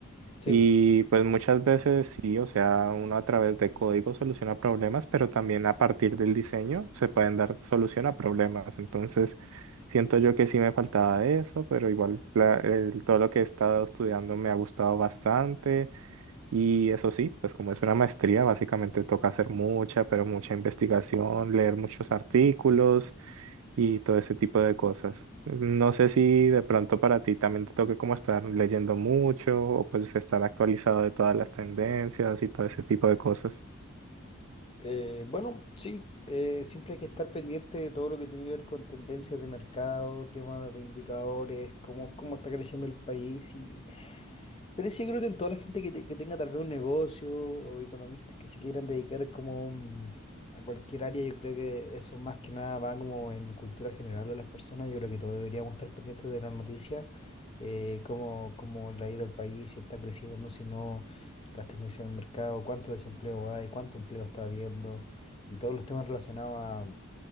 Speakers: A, on the left; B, on the right.
A: Sí,
B: Y
A: po.
B: pues muchas veces sí, o sea, uno a través de código soluciona problemas, pero también a partir del diseño se pueden dar solución a problemas. Entonces, siento yo que sí me faltaba de eso, pero igual la- el- todo lo que he estado estudiando me ha gustado bastante. Y eso sí, pues como es una maestría, básicamente toca hacer mucha, pero mucha investigación, leer muchos artículos y todo ese tipo de cosas. No sé si de pronto para ti también te toque como estar leyendo mucho o pues estar actualizado de todas las tendencias y todo ese tipo de cosas.
A: Eh, bueno, sí, eh, siempre hay que estar pendiente de todo lo que tiene que ver con tendencias de mercado, temas de indicadores, cómo, cómo está creciendo el país y, Pero sí, creo que en toda la gente que, te- que tenga tal vez un negocio o economistas que se quieran dedicar como mm, a cualquier área, yo creo que eso más que nada va como en cultura general de las personas. Yo creo que todos deberíamos estar pendientes de las noticias, eh, cómo, cómo le ha ido al país, si está creciendo, si no, las tendencias del mercado, cuánto desempleo hay, cuánto empleo está habiendo y todos los temas relacionados a-